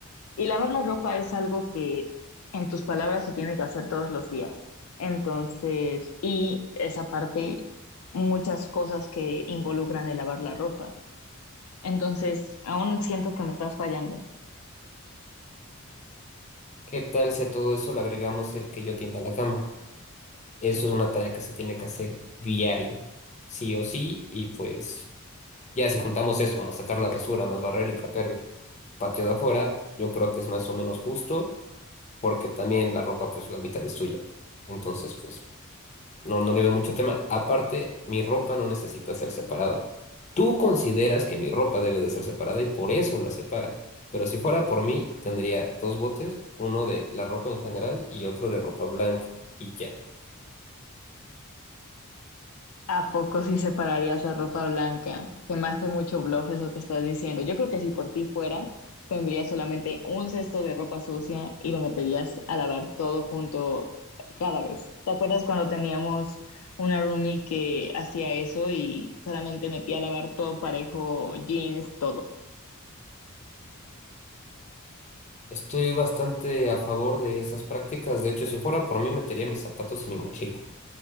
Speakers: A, on the left; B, on the left.
A: Y lavar la ropa es algo que, en tus palabras, se tiene que hacer todos los días. Entonces, y esa parte, muchas cosas que involucran el lavar la ropa. Entonces, aún siento que me estás fallando.
B: ¿Qué tal si a todo eso le agregamos el que yo tienda la cama? Eso es una tarea que se tiene que hacer diario, sí o sí, y pues ya si juntamos eso, más sacar la basura, más barrer y trapear el patio de afuera, yo creo que es más o menos justo, porque también la ropa pues la mitad es tuya. Entonces pues No, no le veo mucho tema. Aparte, mi ropa no necesita ser separada. Tú consideras que mi ropa debe de ser separada y por eso la separas. Pero si fuera por mí, tendría dos botes, uno de la ropa en general y otro de ropa blanca y ya.
A: ¿A poco sí separarías la ropa blanca? Se me hace mucho bluff eso que estás diciendo. Yo creo que si por ti fuera, tendrías solamente un cesto de ropa sucia y lo meterías a lavar todo junto cada vez. ¿Te acuerdas cuando teníamos una roomie que hacía eso y solamente metía a lavar todo parejo, jeans, todo?
B: Estoy bastante a favor de esas prácticas. De hecho, si fuera por mí, metería mis zapatos y mi mochila.